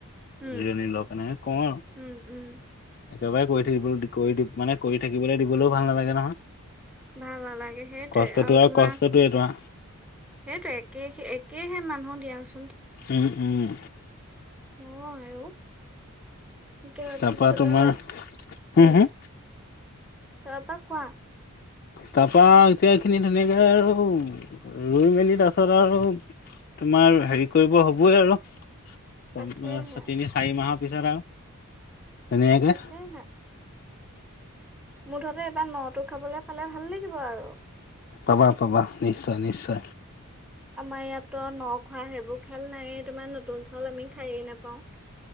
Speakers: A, in the centre; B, on the left.
A: উম
B: জনী লগৰ কাৰণ হে কওঁ আৰু
A: উম উম
B: একেবাৰে কৰি থাকিব কৰি মানে কৰি থাকিবলৈ দিবলৈও ভাল নালাগে নহয়।
A: ভাল নালাগে সেইটোৱে
B: কষ্টটো
A: আৰু তোমাৰ
B: কষ্টটোৱে ধৰা
A: সেইটো একে সে একেহে মানুহ দিয়াচ
B: উম উম।
A: অ আইও যোৱাৰ
B: তাৰপা
A: পিছতো
B: তোমাৰ
A: বাইক
B: হুম
A: উম
B: হুম
A: তাপা কোৱা।
B: তাপা এতিয়া এই খিনি ধুনীয়াকে ৰুই, ৰুই মেলি তাৰপাছত আৰু তোমাৰ হেৰি কৰিব হবই আৰু চম
A: তাকেহে
B: তিনি চাৰি মাহৰ পিছত আও ধুনীয়াকে
A: তাকেহে মুঠতে এইবাৰ ন টো খাবলে পালে ভাল লাগিব আৰু
B: পাবা পাবা নিশ্চয় নিশ্চয়।
A: আমাৰ ইয়াত ত ন খোৱা সেইবোৰ খেল নায়েই তোমাৰ নতুন চাউল আমি খায়েই নাপাওঁ।